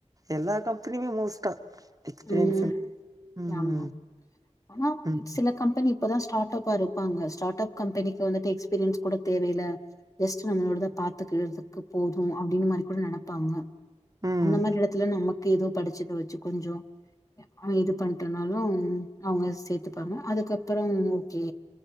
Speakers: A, on the right; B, on the left.
A: எல்லா கம்பெனியுமே மோஸ்ட்டா எக்ஸ்பீரியன்ஸ்
B: ம்
A: ம்
B: ஆமா ஆனா
A: ம்
B: சில கம்பெனி இப்பதா ஸ்டார்டாப்பா இருப்பாங்க ஸ்டார்ட்டப் கம்பெனிக்கு வந்துட்டு எக்ஸ்பீரியன்ஸ் கூட தேவயில்ல ஜஸ்ட் நம்மளோடதா பாத்துக்கறதுக்கு போது அப்புடின்ன மாரி கூட நெனப்பாங்க
A: ம்
B: அந்த மாரி எடத்துல நமக்கு ஏதோ படிச்சுக்கற வெச்சு கொஞ்சோ அங்க இது பண்டானாலும் அவங்க சேத்துப்பாங்க அதுக்கப்பறோம் ஓகே